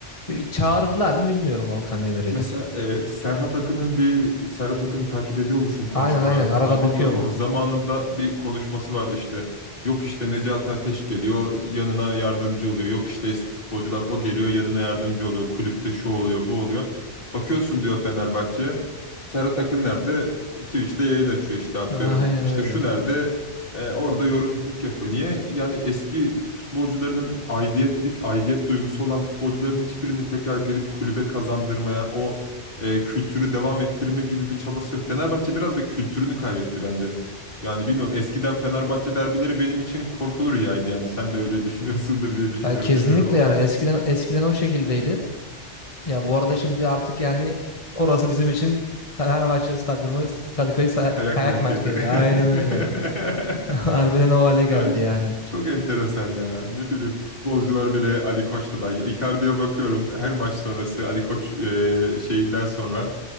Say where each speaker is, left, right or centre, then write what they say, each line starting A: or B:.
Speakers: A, on the left; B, on the left.
A: bir çağırırlar mı bilmiyorum Volkan Demirel'i.
B: mesela e, Serhat Akın'ın bir Serhat Akın'ı takip ediyor musun konuşmalarını
A: Aynen aynen arada
B: falan
A: bakıyorum.
B: bilmiyorum ama zamanında bir konuşması vardı işte. Yok işte Necati Ateş geliyor yanına yardımcı oluyor. Yok işte eski futbolcular o geliyor yanına yardımcı oluyor. Kulüpte şu oluyor bu oluyor. Bakıyorsun diyor Fenerbahçe. Serhat Akın nerede? Twitch'te yayın açıyor işte atıyorum.
A: <laughs> Aynen
B: İşte
A: öyle.
B: şu nerede? E, orada yorumculuk yapıyor. Niye? Yani eski futbolcularının aidiyetlik, aidiyet duygusu olan futbolcuların hiçbirini tekrar gelip kulübe kazandırmaya, o e, kültürü devam ettirme gibi bir çabası yok. Fenerbahçe biraz da kültürünü kaybetti bence. Yani bilmiyorum eskiden Fenerbahçe derbileri benim için korkulu rüyaydı yani. Sen de öyle düşünüyorsundur diye düşünüyorum
A: Yani kesinlikle
B: bilmiyorum ama
A: yani eskiden eskiden o şekildeydi. Ya bu arada şimdi artık yani orası bizim için Fenerbahçe Stadyumu Kadıköy Sa-
B: kayak
A: Kayak
B: merkezi.
A: Merkezi. Aynen öyle.
B: <laughs>
A: <laughs> Harbiden o hale geldi
B: Ya,
A: yani.
B: çok enteresan ya. Ne bileyim futbolcular bile Ali Koç'ta da. Icardi'ye bakıyorum her maç sonrası Ali Koç e, şeyinden sonra